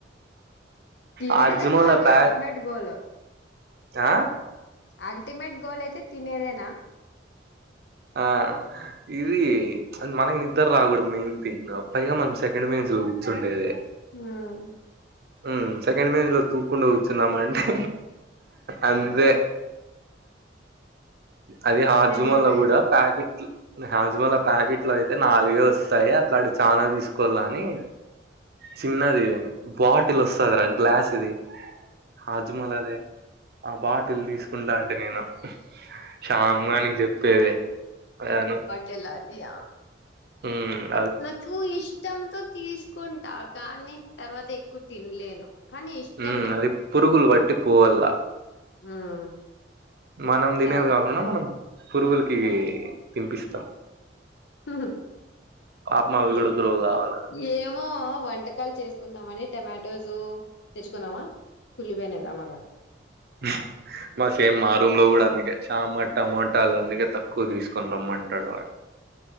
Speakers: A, on the left; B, on the right.
A: తినేదే
B: హాజ్మోల
A: పని
B: ప్యాక్
A: అల్టిమేట్ గోల్
B: ఆ
A: అల్టిమేట్ గోల్ అయితే తినేదేనా?
B: ఆ ఇది అది మనకి నిద్దర రాకూడదు మెయిన్ థింగ్ పైగా మనం సెకండ్ బెంచ్ లో కూర్చుండేది.
A: మ్
B: మ్ సెకండ్ బెంచ్ లో తూక్కుంట కూచున్నాం అంటే అంతే అది హాజ్మోల
A: వెరీ వెల్
B: కూడా ప్యాకెట్లు హాజ్మోల ప్యాకెట్లు అయితే నాలుగే వస్తాయి అట్లాటివి చానా తీసుకొల్ల అని చిన్నది బాట్ టిల్ వస్తాది రా గ్లాస్ ది, హాజ్మోల దే ఆ బాటిల్ తీసుకుంటా టి నేను షామ్గానికి చెప్పేది అను
A: చెలాదియా
B: మ్
A: నాకు ఇష్టంతో తీసుకుంటా కానీ తర్వాత ఎక్కువ తినలేను కానీ ఇష్టం
B: మ్
A: నాకు
B: అది పురుగుల్ పట్టి పోవల్ల
A: మ్మ్
B: మనం తినేది
A: చాలు
B: కాకుండా
A: ఇంకా
B: మనం పురుగులకి తినిపిస్తాం
A: మ్హ్
B: పాపం అవి
A: దె
B: కూడా గ్రో కావాల
A: ఏమో వంటకాలు చేసుకుందామని టమాటోస్ తెచ్చుకున్నావా కుళ్లిపోయినాయి టమాటాలు
B: ఆ మా సేమ్ మా రూమ్ లో కూడ అందుకే శామ్ గాడు టమాటాలు అందుకే తక్కువ తీసుకొని రమ్మంటాడు వాడు